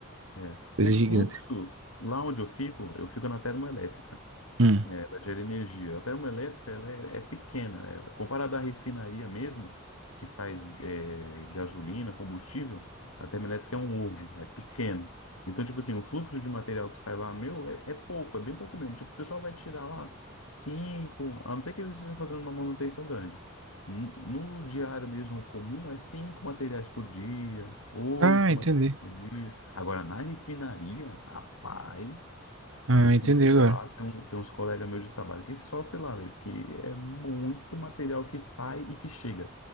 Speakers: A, on the left (about 80°); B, on the right (about 65°).
A: É.
B: Coisa
A: O fluxo,
B: gigante.
A: lá onde eu fico, eu fico na termoelétrica.
B: Hum.
A: É, ela gera energia. A termoelétrica ela é, é pequena. É, comparada à refinaria mesmo, que faz é, gasolina, combustível, a termoelétrica é um ovo, é pequeno. Então, tipo assim, o fluxo de material que sai lá, meu, é, é pouco, é bem pouco mesmo. Tipo, o pessoal vai tirar lá cinco, a não ser que eles estejam fazendo uma manutenção grande. N- No diário mesmo comum, é cinco materiais por dia, oito
B: Ah, entendi.
A: materiais por dia. Agora, na refinaria, rapaz.
B: Ah,
A: Na refinaria
B: entendi agora.
A: lá, tem, um- tem uns colegas meus de trabalho que sofrem lá, velho, porque é muito material que sai e que chega.